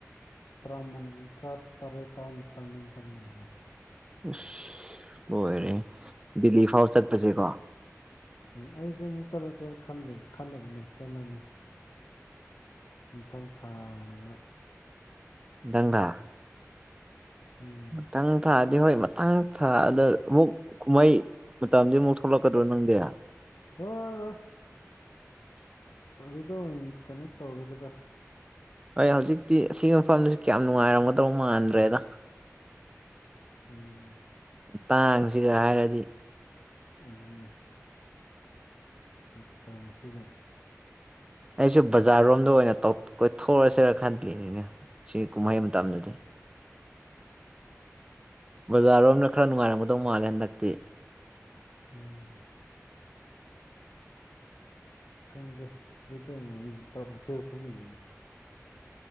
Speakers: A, on the left (about 80°); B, on the right (about 15°).
A: ꯇꯔꯥꯃꯪ ꯇ꯭ꯔꯥ ꯇꯔꯦꯠ ꯇꯔꯥꯅꯤꯄꯥꯜ ꯑꯗꯨꯝ ꯆꯪꯕꯅꯤꯗ
B: ꯑꯁ ꯂꯣꯏꯔꯦ ꯗꯤꯂꯤ ꯐꯥꯎ ꯆꯠꯄꯁꯦꯀꯣ
A: ꯎꯝ ꯑꯩꯁꯦ ꯑꯃꯨꯛ ꯆꯠꯂꯁꯦ ꯈꯜꯂꯤꯝ ꯈꯜꯂꯕꯅꯦ ꯆꯠꯂꯅꯤ ꯃꯊꯪ ꯊꯥꯗ
B: ꯅꯪꯅꯥ
A: ꯎꯝ
B: ꯑꯇꯪ ꯊꯥꯗꯤ ꯍꯣꯏ ꯃꯊꯪ ꯊꯥꯗ ꯑꯃꯨꯛ ꯀꯨꯝꯍꯩ ꯃꯇꯝꯗꯤ ꯑꯃꯨꯛ ꯊꯣꯛꯂꯛꯀꯗ꯭ꯔꯣ ꯅꯪꯗꯤ
A: ꯊꯣꯔꯥꯔꯣꯢ ꯑꯗꯨꯗꯣ ꯑꯣꯏꯟ ꯀꯩꯅꯣ ꯇꯧꯔꯒꯦꯗ
B: ꯑꯩ ꯍꯧꯖꯤꯛꯇꯤ ꯁꯤ ꯃꯐꯝꯖꯤ ꯀꯌꯥꯝ ꯅꯨꯡꯉꯥꯏꯔꯝꯒꯗꯧ ꯃꯥꯟꯗ꯭ꯔꯦꯗ
A: ꯎꯝ
B: ꯃꯇꯥꯡꯁꯤꯒ ꯍꯥꯏꯔꯗꯤ
A: ꯑꯗꯨꯅꯦ ꯃꯇꯝꯁꯤꯒꯤ
B: ꯑꯩꯁꯨ ꯕꯖꯥꯔꯣꯝꯗ ꯑꯣꯏꯅ ꯇꯧ ꯀꯣꯏꯊꯣꯛꯑꯁꯦꯔꯥ ꯈꯜꯂꯤꯅꯤꯅꯦ ꯁꯤ ꯀꯨꯝꯍꯩ ꯃꯇꯝꯗꯗꯤ ꯕꯖꯥꯔꯔꯣꯝꯅ ꯈꯔ ꯅꯨꯡꯉꯥꯏꯔꯝꯒꯗꯧ ꯃꯥꯜꯂꯦ ꯍꯟꯗꯛꯇꯤ
A: ꯎꯝ ꯀꯥꯟꯗꯦ ꯑꯗꯨꯗ <unintelligible> ꯇꯧꯖꯤꯔ ꯈꯪꯗꯦꯅꯦ